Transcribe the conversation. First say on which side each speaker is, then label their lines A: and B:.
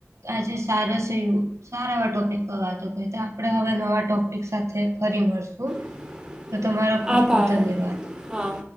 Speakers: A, on the right; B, on the right.
A: આજે સારુ શે એવું સારા એવા ટોપિક પર વાતો કરી તો આપણે હવે નવાં ટોપિક સાથે ફરી મળશું.
B: <inaudible>
A: તો તમારો ખૂબ
B: આભાર
A: ખૂબ ધન્યવાદ.
B: હા.